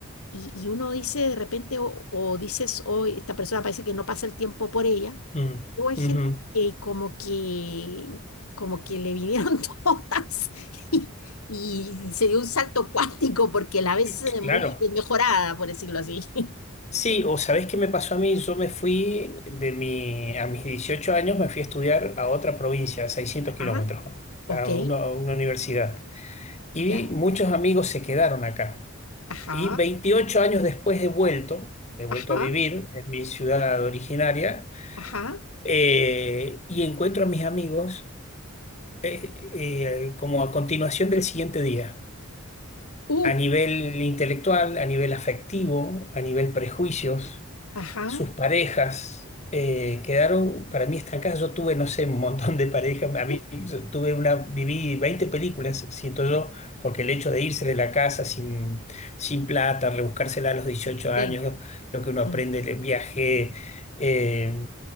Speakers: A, on the left (about 85°); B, on the left (about 30°).
A: y, y uno dice de repente o, o dices, hoy esta persona parece que no pasa el tiempo por ella
B: Mm,
A: Luego hay gente
B: ujú,
A: que como que, como que le vinieron <laughs> todas y, y se dio un salto cuántico porque la ves eh,
B: claro.
A: muy mejorada, por decirlo así. <laughs>
B: Sí, o ¿sabés qué me pasó a mí? Yo me fui de mi, a mis 18 años me fui a estudiar a otra provincia, a 600 kilómetros,
A: Ajá,
B: ¿no?
A: ok,
B: a, uno- a una universidad. Y
A: ya,
B: muchos amigos se quedaron acá.
A: ajá,
B: Y 28 años después he vuelto, he vuelto
A: ajá,
B: a vivir en mi ciudad originaria,
A: ajá,
B: eh, y encuentro a mis amigos eh, eh, como a continuación del siguiente día,
A: uh,
B: a nivel intelectual, a nivel afectivo, a nivel prejuicios
A: ajá,
B: sus parejas eh, quedaron para mí estancadas. Yo tuve, no sé, un montón de parejas. A mí
A: uh,
B: yo tuve una, viví 20 películas, siento yo, porque el hecho de irse de la casa sin, sin plata, rebuscársela a los dieciocho años,
A: eh,
B: lo, lo que uno aprende,
A: mm,
B: el viaje, eh,